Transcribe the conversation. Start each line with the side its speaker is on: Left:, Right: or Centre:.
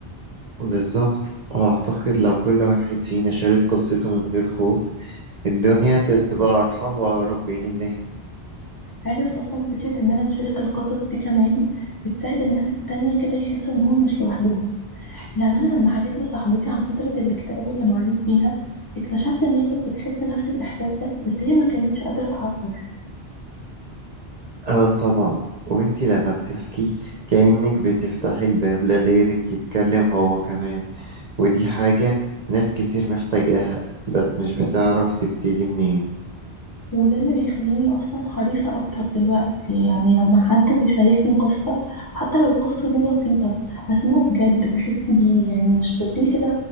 Right: بالظبط وأعتقد لو كل واحد فينا شارك قصته من غير خوف الدنيا هتبقى أرحم وأقرب بين الناس
Left: عارف أصلا فكرة إننا نشارك القصص دي كمان بتساعد الناس التانية كده يحسوا إنهم مش لوحدهم يعني أنا لما حكيت لصاحبتي عن فترة الاكتئاب اللي مريت بيها اكتشفت إن هي كانت بتحس نفس الإحساس ده بس هي ما كانتش قادرة تعبر
Right: اه طبعا وانتي لما بتحكي كأنك بتفتحي الباب لغيرك يتكلم هو كمان ودي حاجة ناس كتير محتاجاها بس مش بتعرف تبتدي منين
Left: وده اللي بيخليني أصلا حريصة أكتر دلوقتي يعني لما حد بيشاركني قصة حتى لو القصة دي بسيطة أسمعه بجد بحس بيه يعني مش بديه كده